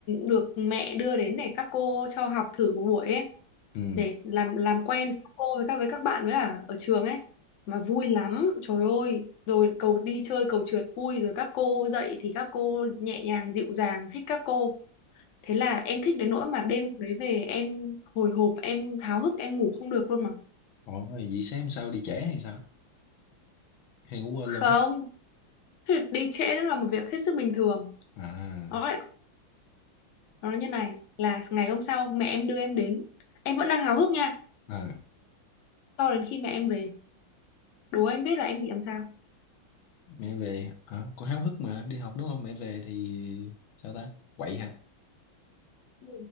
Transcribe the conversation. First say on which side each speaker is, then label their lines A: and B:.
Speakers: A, on the left; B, on the left.
A: được mẹ đưa đến để các cô cho học thử một buổi ấy
B: ừ
A: để làm làm quen với các cô với các với các bạn với cả ở trường ấy mà vui lắm trời ơi rồi cầu đi chơi cầu trượt vui rồi các cô dạy thì các cô nhẹ nhàng dịu dàng thích các cô thế là em thích đến nỗi mà đêm hôm đấy về em hồi hộp em háo hức em ngủ không được luôn mà
B: Ủa, vậy sáng hôm sau đi trễ hay sao? Hay ngủ quên
A: không
B: luôn?
A: thì đi trễ nó là một việc hết sức bình thường
B: À,
A: nó lại nó nói như này là ngày hôm sau mẹ em đưa em đến em vẫn đang háo hức nha
B: à,
A: cho đến khi mẹ em về đố anh biết là em bị làm sao
B: mẹ về, à, con háo hức mà, đi học đúng không? Mẹ về thì sao ta? Quậy hả?
A: Ừ.